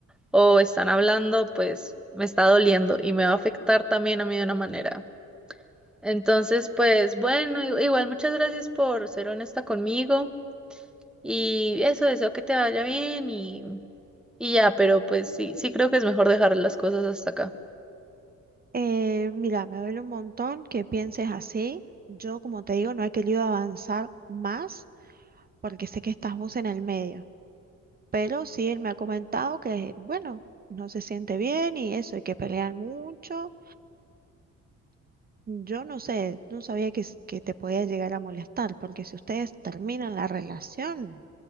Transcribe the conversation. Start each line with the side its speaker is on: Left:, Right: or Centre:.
Centre: o están hablando pues me está doliendo y me va a afectar también a mí de una manera. Entonces pues bueno, i- igual muchas gracias por ser honesta conmigo y eso, deseo que te vaya bien y, y ya, pero pues sí, sí creo que es mejor dejar las cosas hasta acá.
Right: Eh, mira, me duele un montón que pienses así. Yo, como te digo, no he querido avanzar más porque sé que estás vos en el medio. Pero sí, él me ha comentado que, bueno, no se siente bien y eso, y que pelean mucho. Yo no sé, no sabía que, s- que te podía llegar a molestar, porque si ustedes terminan la relación,